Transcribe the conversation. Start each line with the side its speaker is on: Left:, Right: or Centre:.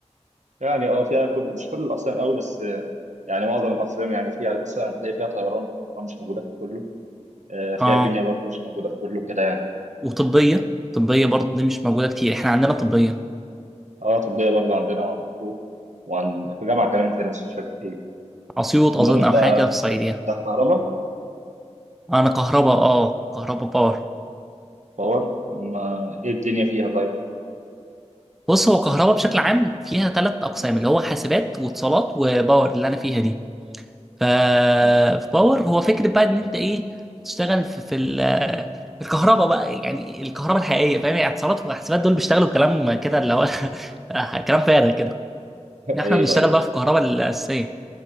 Right: يعني اه فيها كل مش كل الأقسام قوي بس آه، يعني معظم الأقسام يعني فيها مثلا هتلاقي فيها طيران طبعاً مش موجودة في كله آه، فيها
Centre: اه
Right: كيمياء برضه مش موجودة في كله كده يعني
Centre: وطبية طبية برضه دي مش موجودة كتير احنا عندنا طبية
Right: اه طبية برضه عندنا وعندكم وعند في جامعة كمان كده بس مش فاكر ايه
Centre: أسيوط
Right: المهم
Centre: أظن
Right: انت
Centre: أو حاجة كده في الصعيدية
Right: أنت كهرباء
Centre: أنا كهرباء اه كهرباء باور
Right: باور ما ايه الدنيا فيها
Centre: بص هو كهرباء بشكل عام فيها ثلاث أقسام اللي هو حاسبات واتصالات وباور اللي أنا فيها دي ف
Right: طيب؟
Centre: في باور هو فكرة بقى إن أنت إيه تشتغل في, في ال... الكهرباء بقى يعني الكهرباء الحقيقية فاهم يعني اتصالات وحاسبات دول بيشتغلوا كلام كده اللي هو <laughs> كلام فارغ كده إن احنا
Right: ايوه
Centre: بنشتغل
Right: ايوه
Centre: بقى في الكهرباء الأساسية